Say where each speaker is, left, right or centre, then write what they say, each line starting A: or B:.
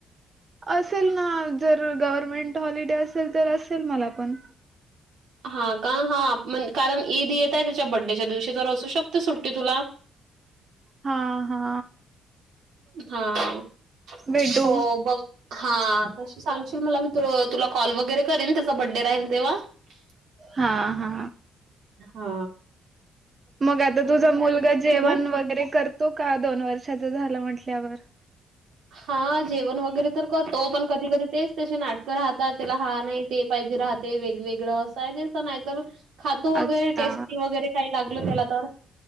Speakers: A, on the right; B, on the right.
A: असेल ना. जर गव्हर्मेंट हॉलिडे असेल तर असेल मला पण.
B: हा का. हा कारण ईद येत आहे त्याच्या बड्डेच्या दिवशी, तर असू शकते सुट्टी तुला.
A: हा हा.
B: हा हा. <inaudible>
A: भेटू.
B: हो बघ. हा तशी सांगशील मला, मी त तुला कॉल वगैरे करेन, त्याचा बड्डे राहील तेव्हा. <unintelligible>
A: हा हा
B: हा
A: मग आता तुझा मुलगा जेवण
B: आहे?
A: वगैरे करतो का दोन वर्षाच झालं म्हटल्यावर.
B: हा जेवण वगैरे तर करतो, पण कधी कधी तेच त्याचे नाटकं राहतात त्याला हा नाही. ते पाहिजे राहते वेगवेगळं असं आहे तेसं नाहीतर - खातो
A: अच्छा
B: वगैरे टेस्टी वगैरे काही लागलं त्याला तर.